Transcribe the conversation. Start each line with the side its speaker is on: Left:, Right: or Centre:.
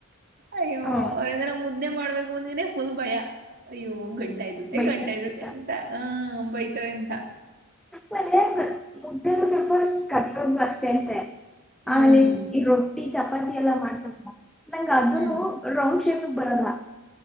Right: ಅಯ್ಯೋ
Centre: ಹ್ಮ
Right: ಅವೇಂದರೆ ಮುದ್ದೆ ಮಾಡುವ ಮುಂದಿನಫುಲ್ ಭಯಾ ಅಯ್ಯೋ ಗಂಟ ಇದ್ದತ್ತೆ
Centre: ಬೈತಾನೆ
Right: ಗಂಟಾ ಇದತ್ತೆ
Centre: ಅಂತ
Right: ಎಂತ ಆ ಬಯ್ತವೆಂತ
Centre: ಮನ ಮುದ್ದೆಗ ಸ್ವಲ್ಪ ಅಷ್ಟ ಕದು ಅಷ್ಟೇ ಅಂತೆ
Right: ಹ್ಮ್
Centre: ಆಲ್ಲಿ ಈ ರೊಟ್ಟಿ ಚ ಚಪತಿ ಎಲ್ಲ ಮಾಡ್ತ ನಂಗ ಅದು
Right: ಹ್ಮ್
Centre: ರೌಂಡ್ ಶೇಪ್ ಬರದಾ